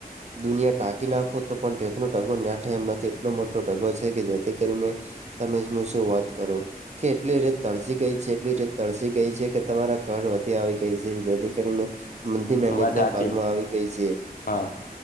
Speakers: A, on the right; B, on the left.
A: દુનિયા ટા કી નાખો તો પણ રતનો ટગો નાઠ એમ નથી એટલો મોટો ટગો છે કે જેથી કરીને. તમેજ હું શું વાત કરો? કે એટલી રીત તળસી ગઈ છે એટલી રીત તળસી ગઈ છે કે તમારા ઘર વધી આવી ગઈ છે જેથી કરીને. મંદિરના નીચલા
B: વાત સાચી
A: ભાગમાં આવી ગઈ છે.
B: હા